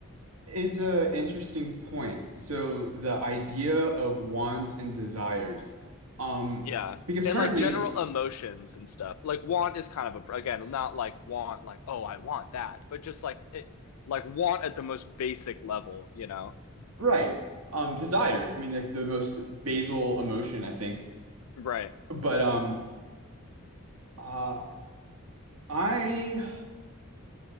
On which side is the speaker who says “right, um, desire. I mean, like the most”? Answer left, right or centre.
Right